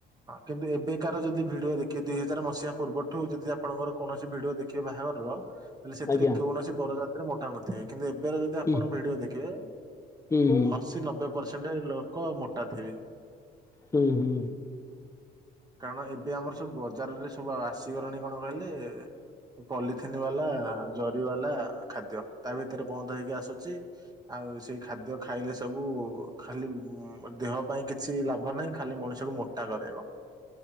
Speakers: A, on the right; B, on the left.
A: କେବେ ଏବେକାର ଯଦି ଭିଡିଓ ଦେଖି ଦୁଇ ହଜାର ମସିହା ପୂର୍ବଠୁ ଯଦି ଆପଣଙ୍କର କୌଣସି ଭିଡିଓ ଦେଖିବେ ବାହାଘରର ସେଥିରେ
B: ଆଜ୍ଞା
A: କୌଣସି ବରଯା ସେଥିରେ ମୋଟା ନ ଟା କିନ୍ତୁ ଏବେର ଯଦି ଆପଣ
B: ହୁଁ
A: ଭିଡିଓ ଦେଖିବେ
B: ହୁଁ
A: ଅଶୀ ନବେ ପରସେଣ୍ଟ ଅ ଲୋକ ମୋ ଟା ଥିବେ।
B: ହୁଁ ହୁଁ।
A: କାରଣ ଏବେ ଆମର ସବୁ ବଜାରରେ ସବୁ ଆସିଗଲାଣି କଣ କହିଲେ ପଲିଥିନ ବାଲା ହା ଜରି ଜରି ବାଲା ଖାଦ୍ୟ ତା ଭିତରେ ବନ୍ଦ ହେଇକି ଆସୁଛି ଆଉ ସେଇ ଖାଦ୍ୟ ଖାଇଲେ ସେ ସବୁ ଖାଲି ମ ଦେହ ପାଇଁ କିଛି ଲାଭ ନାହିଁ। ଖାଲି ମଣିଷକୁ ମୋଟା କରେଇବ।